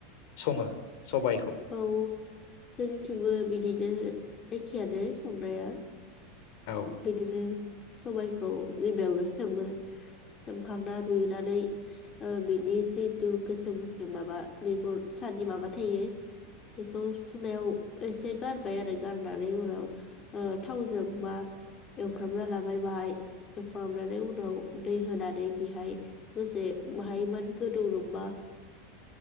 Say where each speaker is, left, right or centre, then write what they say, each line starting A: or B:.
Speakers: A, on the left (about 65°); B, on the left (about 30°).
A: सङो सबायखौ
B: औ जोंनिथिंबो बिदिनो एखेयानो संनाया
A: औ
B: बिदिनो सबाइखौ गिबियावनो सोमो सोमखांना रुइनानै बिनि जिथु गोसोम गोसोम माबा मैगन सानि माबा थायो बेखौ सुनायाव एसे गार बाय आरो गाननानै उनाव थावजों बा एवफ्रामना लाबाय बाहाय एवफ्रामनानै उनाव दै होनानै बेहाय दसे बाहाय मान गोदौदोंबा